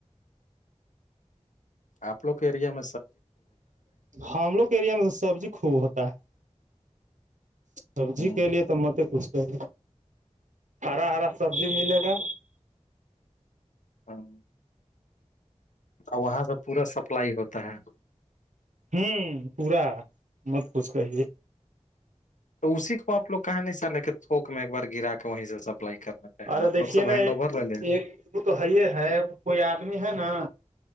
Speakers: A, on the left; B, on the right.
A: آپوک اییریا م
B: ہم لوگ ایریا میں سبزی خوب ہوتا ہے سبزی
A: ہ
B: کے لیے تو مت کچھ کر ہرا ہرا سبزی ملے گا
A: ہاں اور وہاں سے پورا سپلائی ہوتا ہے
B: ہوں پورا مت کچھ کہیے
A: تو اسی کو آ لوگ کہا نہیں چاہے کہ تھوک میں ایک بار گرا کے وہیں سے سپلائی کر لیں ہیں
B: ارے
A: آپ
B: دیکھیے
A: لوگ سب
B: نا
A: ہینڈ اوور لے
B: ایک وہ تو ہے ہے کوئی آدمی ہے نا